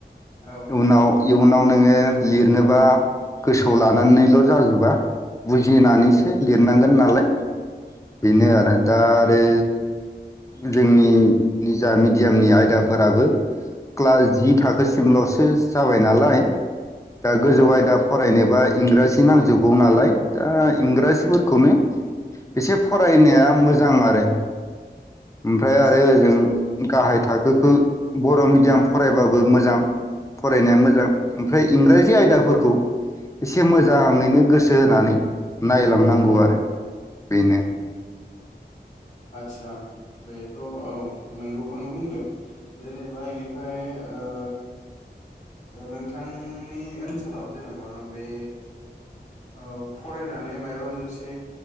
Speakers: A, on the left; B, on the left.
A: औ
B: उनाव इयुनाव नोंङो लिरनोबा गोसोआव लानानैल जाजोबा बुजिनानैसो लिरनांगोन नाले बेनो आरो दा रे जोंनि निजा मिडियामनि आयदाफोराबो क्ला जि थाखो लसो जाबाय नालाय दा
A: औ
B: गोजौ
A: ओ
B: आयदा फरायनो बा इंराजि नांजोबगौ नालाय दा इंराजफोरखौनो बिसे फरायनाया मोजां आरो । ओमफ्राय
A: आदसा
B: आरो
A: आदसा
B: ओजों
A: औ नंगौ
B: गाहाय थाखोखो बर‌मिडियाम फरायबाबो मोजां फरायनाया मोजां ओमफ्राय इंराजि आयदाफोरखौ एसे मोजाङैनो गोसो होनानै नायलांनांगौ
A: औ
B: आरो बेनो ।
A: आतसा । बेथ औ नंगौखौनो बुंदो जेनेबा इनिफाय ओ नोंथांनि ओनसोलाव जेनेबा बे ओ फरायनानै माबा मोनसे